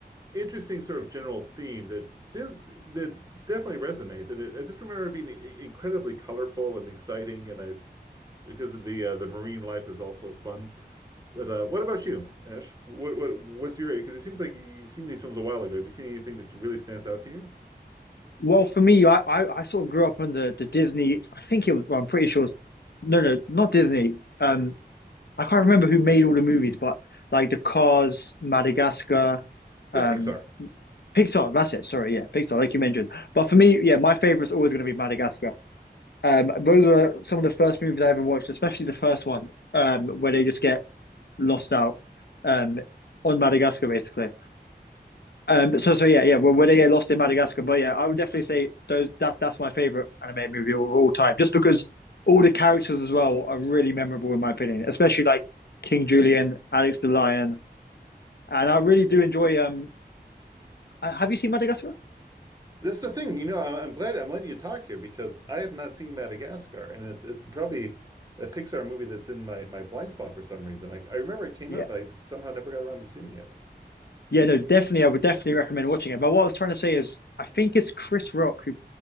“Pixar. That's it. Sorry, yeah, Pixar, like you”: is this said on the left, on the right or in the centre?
Left